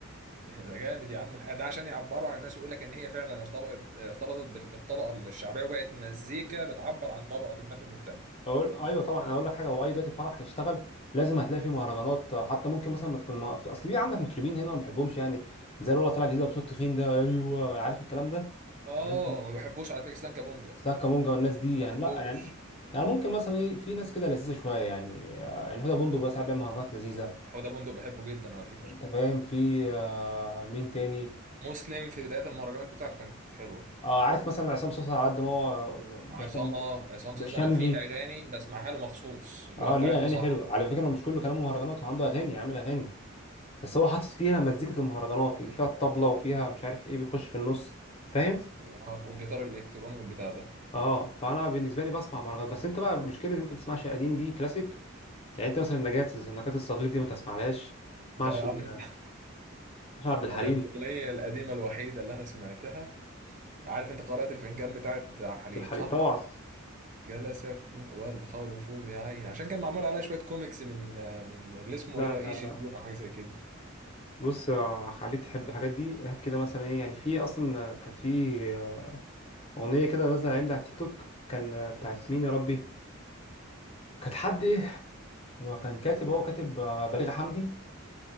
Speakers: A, on the right; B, on the left.
A: <laughs> ده جامد يا عم ده عشان يعبروا عن الناس ويقول لك ان هي فعلا ارتبطت ارتبطت بال- بالطبقه الشعبيه وبقت مزيكا بتعبر عن طبقه ما في المجتمع
B: اقول ايوه طبعا انا اقول لك حاجه هو اي دلوقتي فرح هيشتغل لازم هتلاقي فيه مهرجانات حتى ممكن مثلا ما تكون ما... في اصل في عندك مطربين هنا انا ما بحبهمش يعني زي الولا طالع جديد بصوت تخين ده ايوه عارف الكلام ده
A: اه
B: عارف.
A: ما بحبوش على فكره اسلام كابونجا
B: سلاك كامونجا والناس دي
A: ما
B: يعني
A: بحبوش
B: لا يعني يعني ممكن مثلا إيه، في ناس كده لذيذه شويه يعني يعني هدى بندق بقى ساعات بيعمل مهرجانات لذيذه
A: حوده بندق بحبه جدا على فكره
B: انت فاهم في آه، مين تاني
A: مسلم في بدايه المهرجانات بتاعته كانت حلوه
B: اه عارف مثلا عصام صوصه على قد ما هو بشام-
A: عصام اه عصام
B: بشمجي
A: صاصا انا في اغاني بسمعها له مخصوص اللي
B: اه
A: هو بتاعت
B: ليه اغاني
A: مصحة
B: حلوه على
A: دي
B: فكره هو مش كله كلامه مهرجانات هو عنده اغاني عامل اغاني بس هو حاطط فيها مزيكة المهرجانات اللي فيها الطبلة وفيها مش عارف ايه بيخش في النص فاهم
A: اه والجيتار الالكتروني والبتاع ده
B: اه فانا بالنسبة لي بسمع مهرجانات بس انت بقى مشكلة ان انت بتسمعش قديم دي كلاسيك يعني انت مثلا نجاة النجاة الصغير دي ما تسمعلهاش
A: لا
B: ما تسمعش
A: يا
B: ال-
A: عم <laughs>
B: عشان عبد الحليم
A: انا الاغنيه القديمه الوحيده اللي انا سمعتها عارف انت قارئة الفنجان بتاعت عبد الحليم
B: عبد الحليم
A: صح
B: طبعا
A: جلست والخوف بعين عشان كان معمول عليها شويه كوميكس من من اللي اسمه
B: لا
A: ايه ده
B: لا
A: اي جي
B: لا
A: تون او حاجه زي كده
B: بص آه، خليك تحب الحاجات دي هات كده مثلا ايه يعني في اصلا آه، كانت في آه، اغنية كده نازلة الايام دي على التيك توك كان آه، بتاعت مين يا ربي كانت حد ايه هو كان كاتب هو كاتب آه، بليغ حمدي